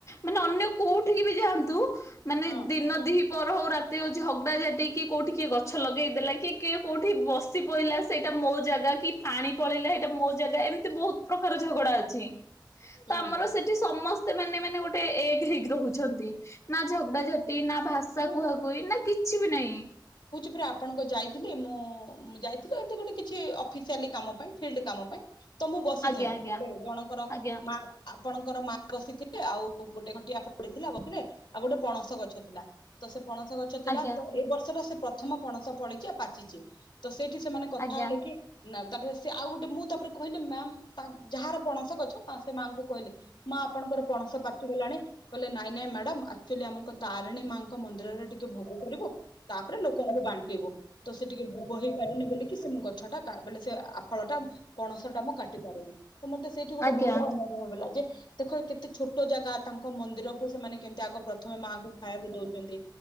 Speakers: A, on the left (about 40°); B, on the left (about 70°).
A: ମାନେ ଅନ୍ୟ କୋଉଠିକି ବି ଯାଆନ୍ତୁ। ମାନେ
B: ହଁ
A: ଦିନ ଦି। ପର ହଉ ରାତି ହଉ ଝଗଡ଼ା ଝାଟି କି କୋଉଠି କିଏ ଗଛ ଲଗେଇଦେଲା କି କିଏ କଉଠି ବସି ପହିଲା ସେଇଟା ମୋ ଜାଗା କି। ପାଣି ପଳେଇଲା ଏଇଟା ମୋ ଜାଗା ଏମିତି ବହୁତ ପ୍ରକାର ଝଗଡା ଅଛି। ତ
B: ହୁଁ
A: ଆମର ସେଠି ସମ। ମାନେ ମାନେ ଗୋଟେ ଏକ ହେଇକି ରହୁଛନ୍ତି ନା ଝଗଡା ଝଟି ନା। ଭାଷା
B: ମୁଁ
A: କୁହା କୁହି ନା କିଛି ବି ନାଇଁ।
B: ତାପରେ ଆପଣଙ୍କ ଯାଇଥିଲି ମୁଁ ଯାଇଥିଲି ଏମତି ଗୋଟେ କିଛି ଅଫିସିଆଲି କାମ ପାଇଁ ଫିଲ୍ଡ କାମ ପାଇଁ। ତ ମୁଁ ବସିଥାଏ
A: ଆଜ୍ଞା
B: ଜଣଙ୍କର
A: ଆଜ୍ଞା
B: ମା ଆପଣଙ୍କ। ଙ୍କର ମା ବସିଥିଲେ ଆଉ ଗୋଟେ ଖଟିଆ ପଡି ଥିଲା ବସିଲେ ଆଉ ଗୋଟେ ପଣସ ଗଛ ଥିଲା। ତ ସେ ପ ପଣସ ଗଛ ଥିଲା
A: ଆଜ୍ଞା
B: ତ
A: ଆଜ୍ଞା
B: ଏଇ ବର୍ଷ ର। ପ୍ରଥମ ପଣସ ଫଳିଛି ଆଉ ପାଚିଛି ତ ଏ। ଏଠି ସେମାନେ କଥା
A: ଆଜ୍ଞା
B: ହେଲେ
A: ଆଜ୍ଞା
B: କି। ନା ତାପରେ ସେ ଆଉ ଗୋଟେ ମୁଁ ତାପରେ କହିଲି ମ୍ୟାମ ଯାହାର ପଣସ ଗଛ ସେ ମାଆଙ୍କୁ କହିଲି ମା। ଆପଣଙ୍କର ପଣସ ପାଚିଗଲାଣି। କଲେ ନାଇଁ ନାଇଁ ମ୍ୟାଡାମ ଆକୁଚୁ ଆଲି ଆମକୁ ତାରିଣୀ। ଙ୍କ ମନ୍ଦିରରେ ଟିକେ ଭୋଗ କରିବୁ ତାପରେ ଲୋକଙ୍କୁ ବାଣ୍ଟିବୁ ତ ସେ ଟିକେ ଭୋଗ ହେଇ ପାରୁନି ବୋଲିକି ସେ ଗଛଟା ବଲେ ସେ ଆ ଫଳ ଟା। ପଣସ ଟା ମୁଁ କାଟି ପାରୁନି ତ ମତେ ସେଇଠି
A: ଆଜ୍ଞା
B: ଗୋଟେ ଭଲ
A: ଆଜ୍ଞା।
B: ଅନୁଭବ ହେଲା ଯେ। ଦେଖ କେତେ ଛୋଟ ଜାଗା ତାଙ୍କ ମନ୍ଦିରକୁ ସେମାନେ। କେମିତି ଆଗ ପ୍ରଥମେ ମାଆଙ୍କୁ ଖାଇବାକୁ ଦ। ଛନ୍ତି